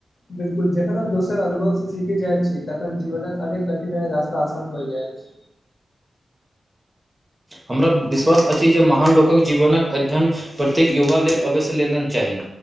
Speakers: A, on the left; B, on the right.
A: बिल्कूल जखन हम दोसक अनुभव से सीखी जाइत छी तखन जीवनक अनेक कठिनाइ रास्ता आसान भऽ जाइत
B: हमरा विश्वास अछि जे महान लोक जीवनक अध्ययन प्रत्येक युवा लेलऽ अवश्य लेलन चाही